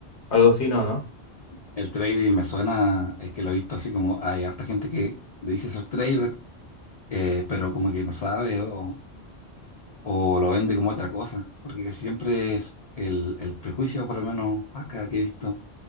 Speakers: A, on the left; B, on the left.
A: algo así? No, ¿no?
B: El trading me suena, es que lo he visto así como hay harta gente que dice ser trader, eh, pero como que no sabe o, o lo vende como otra cosa, porque siempre es el, el prejuicio, por lo menos acá que he visto,